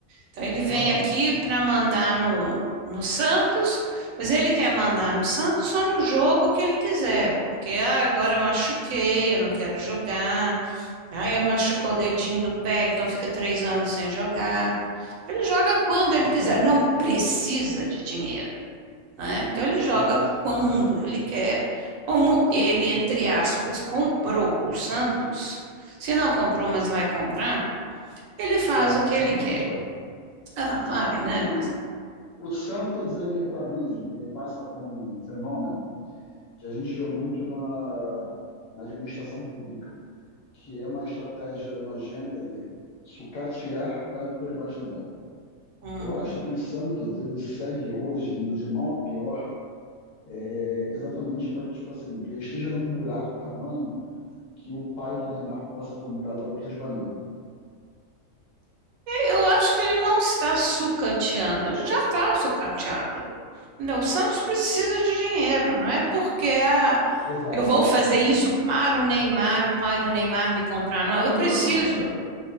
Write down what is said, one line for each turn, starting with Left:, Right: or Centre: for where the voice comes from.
Right: Então ele vem
Left: Aham,
Right: aqui para mandar no, no Santos, mas ele quer mandar no Santos só no jogo que ele quiser, porque ah, agora eu machuquei, eu não quero jogar, ah, eu machucou o dedinho do pé, então fica três anos sem jogar. Ele joga quando ele
Left: isso
Right: quiser,
Left: aí,
Right: não precisa de dinheiro né? Então ele joga
Left: exato.
Right: quando ele quer, como ele, entre aspas, comprou o Santos, se não comprou, mas vai comprar, ele faz
Left: Vai,
Right: o que ele
Left: eventualmente
Right: quer.
Left: vai.
Right: Ah, vai,
Left: O,
Right: né, Marcelo?
Left: o Santos, ele, para mim, ele passa por um fenômeno que a gente vê muito na, na administração pública, que é uma estratégia nojenta de sucatear para privatizar.
Right: Hum.
Left: Eu acho que o Santos ele segue hoje indo de mal a pior, é, exatamente para que tipo assim que ele esteja num buraco tamanho que o pai do Neymar possa comprá-lo por preço de banana.
Right: Eu acho que ele não está sucateando, ele já está sucateado. Não, o Santos precisa de dinheiro, não é porque ah,
Left: Exato,
Right: eu vou fazer
Left: sim.
Right: isso para o Neymar, o pai do Neymar me comprar, não,
Left: Ah,
Right: eu
Left: não,
Right: preciso,
Left: não,